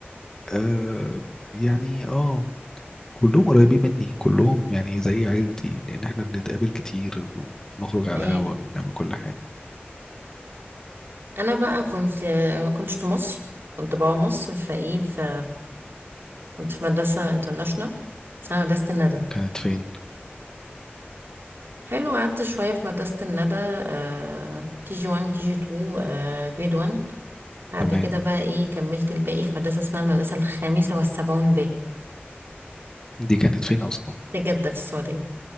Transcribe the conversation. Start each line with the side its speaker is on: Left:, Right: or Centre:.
Left: آه يعني اه كلهم قريبين مني كلهم يعني زي عيلتي لان احنا بنتقابل كتير ونخرج
Right: تمام
Left: على القهوة ونعمل كل حاجة
Right: انا بقى كنت ما كنتش في مصر كنت بابا مصر فايه ف كنت في مدرسة انترناشونال اسمها مدرسة الندى
Left: كانت فين
Right: حلو قعدت شوية في مدرسة الندى آه، كي جي 1 كي جي 2 جريد 1 بعد
Left: تمام
Right: كده بقى ايه كملت الباقي في مدرسة اسمها المدرسة الخامسة والسبعون باء
Left: دي كانت فين اصلا
Right: في جدة في السعودية